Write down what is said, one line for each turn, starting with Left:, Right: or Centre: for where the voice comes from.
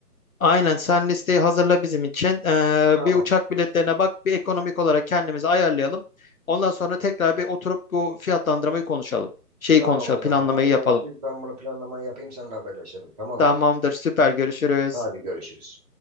Left: Aynen sen listeyi hazırla bizim için. Ee,
Right: Tamam.
Left: bir uçak biletlerine bak, bir ekonomik olarak kendimizi ayarlayalım. Ondan sonra tekrar bir oturup bu fiyatlandırmayı konuşalım. Şeyi
Right: Tamam
Left: konuşalım,
Right: o zaman
Left: planlamayı
Right: haberleşiriz.
Left: yapalım.
Right: Ben bunu planlamayı yapayım, seninle haberleşelim tamam
Left: Tamamdır,
Right: mı?
Left: süper görüşürüz.
Right: Hadi görüşürüz.